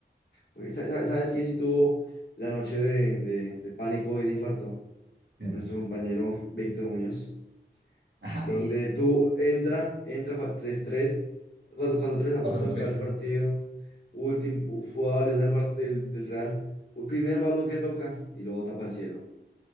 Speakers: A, on the left; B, on the right.
A: Güey, sa- sa- ¿Sabes quién sí tuvo la noche de, de- de pánico y de infarto?
B: Bien.
A: Nuestro compañero Víctor Muñoz.
B: Ay,
A: Donde tú entra, entra fa- tres 3 4 4-4-3 a
B: cuatro
A: punto de
B: tres
A: acabar el partido. Último, fue a valiosa el Barça del, del Real. El primer balón que toca y luego tapa el cielo.